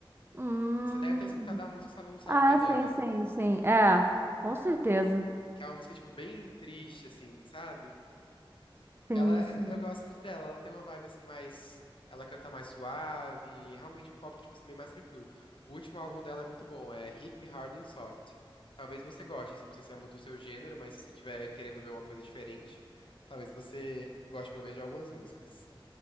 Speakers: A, on the right (about 25°); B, on the left (about 70°).
A: Hum.
B: Você deve ter escutado a música, só não sabe
A: Ah,
B: que é dela.
A: sim, sim, sim. É, com certeza.
B: Que é uma música, tipo, bem triste, assim, sabe?
A: Sim,
B: Ela, é-
A: sim.
B: eu gosto muito dela. Ela tem uma vibe, assim, mais... Ela canta mais suave. Realmente um pop, tipo assim, bem mais tranquilo. O último álbum dela é muito bom. É Hit Me Hard and Soft. Talvez você goste, assim. Não sei se é muito o seu gênero, mas se você estiver querendo ver uma coisa diferente, talvez você goste, pelo menos, de algumas músicas.